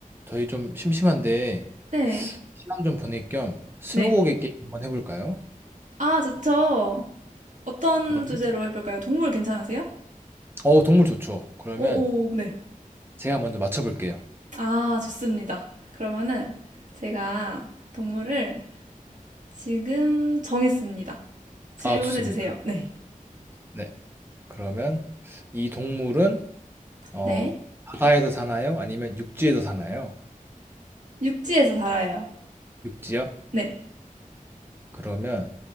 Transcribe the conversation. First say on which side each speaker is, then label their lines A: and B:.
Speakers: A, on the right (about 15°); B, on the right (about 60°).
A: 저희 좀 심심한데
B: 네,
A: 시간 좀 보낼 겸 스무고개
B: 네.
A: 게임 한번 해볼까요?
B: 아, 좋죠. 어떤
A: 그러면
B: 주제로 해볼까요? 동물 괜찮으세요?
A: 어 동물 좋죠. 그러면
B: 오, 오, 네.
A: 제가 먼저 맞춰볼게요.
B: 아, 좋습니다. 그러면은 제가 동물을 지금 정했습니다. 질문해
A: 아 좋습니다.
B: 주세요. 네.
A: 네 그러면 이 동물은 어
B: 네.
A: 바다에서 사나요? 아니면 육지에서 사나요?
B: 육지에서 살아요.
A: 육지요?
B: 네.
A: 그러면